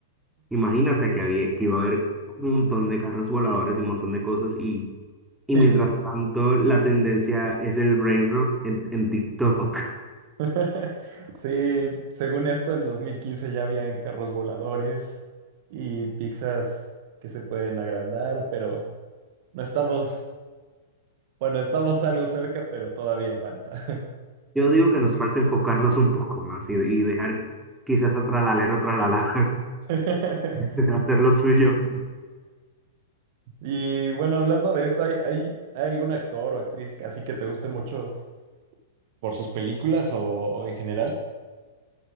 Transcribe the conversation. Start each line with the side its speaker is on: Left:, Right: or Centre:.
Centre: Imagínate que había, que iba a haber un montón de carros voladores y un montón de cosas y, y
Right: Sí,
Centre: mientras tanto la tendencia es el brain rot en, en TikTok.
Right: <laughs> Sí, según esto, en 2015 ya habían carros voladores y pizzas que se pueden agrandar, pero no estamos, bueno, estamos algo cerca, pero todavía falta.
Centre: <laughs> Yo digo que nos falta enfocarnos un poco más y, y dejar quizás a Tralalero Tralala
Right: <laughs>
Centre: <laughs> hacer lo suyo.
Right: Y bueno, hablando de esto, ¿hay, hay, hay algún actor o actriz que- así que te guste mucho por sus películas o, o en general?